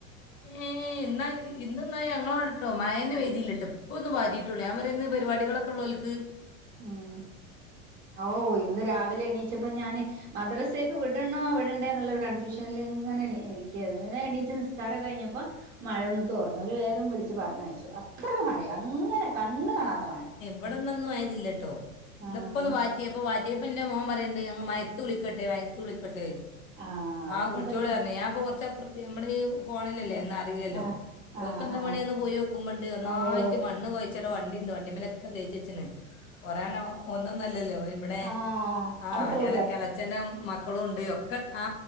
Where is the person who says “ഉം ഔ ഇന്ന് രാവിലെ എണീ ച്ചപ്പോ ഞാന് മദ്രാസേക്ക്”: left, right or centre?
Right